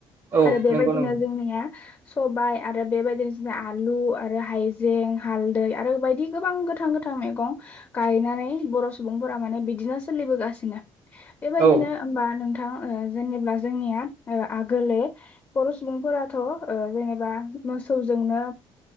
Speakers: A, on the right; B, on the left.
A: औ
B: आरो बेबायदिनो
A: नंगौ नंगौ
B: जोंनिया सबाइ आरो बेबायदिनो जोंनि आलु आरो हायजें जें हालदै आरो बायदि गोबां गोथां गोथां मैगं गायनानै बर' सुबुंफोरा माने बिदिनो सोलिबोगासिनो बेबायदिनो
A: औ
B: होमबा नोंथां थां ओ जेनेबला जोंनिया ओ आगोलोे बर' सुबुंफोराथ' ओ जेनेबा मोसौजोंनो